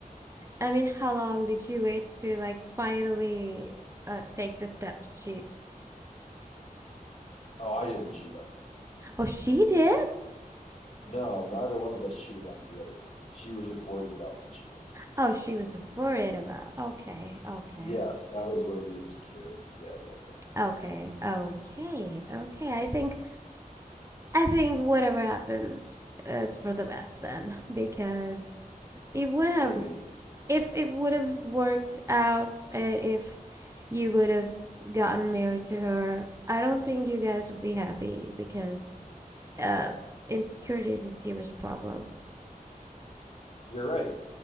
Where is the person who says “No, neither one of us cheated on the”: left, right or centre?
Left